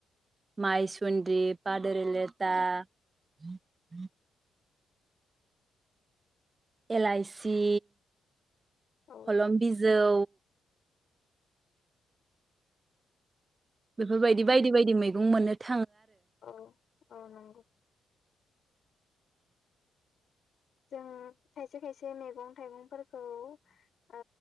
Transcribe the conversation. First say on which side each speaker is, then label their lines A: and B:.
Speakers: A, on the right (about 30°); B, on the left (about 60°).
A: माइसुनदि पा <unintelligible> लेता
B: औ
A: <unintelligible> एलाइसि
B: औ
A: खलम
B: औ
A: बिजौ बेफोरबायदि बायदि बायदि मै गं मोननो थ
B: औ औ नंगौ। जों खायसे खायसे मेगं थाइगंफोर खौ ओ